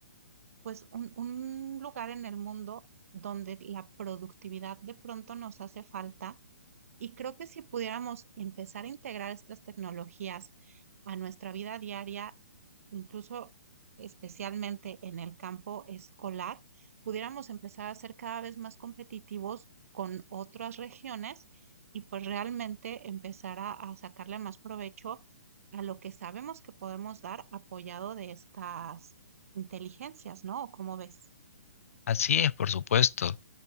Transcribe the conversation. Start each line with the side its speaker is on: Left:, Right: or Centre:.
Right: pues un, un lugar en el mundo donde la productividad de pronto nos hace falta y creo que si pudiéramos empezar a integrar estas tecnologías a nuestra vida diaria, incluso especialmente en el campo escolar, pudiéramos empezar a ser cada vez más competitivos con otras regiones y pues realmente empezar a, a sacarle más provecho a lo que sabemos que podemos dar apoyado de estas inteligencias, ¿no? ¿O ¿Cómo ves?
Left: Así es, por supuesto.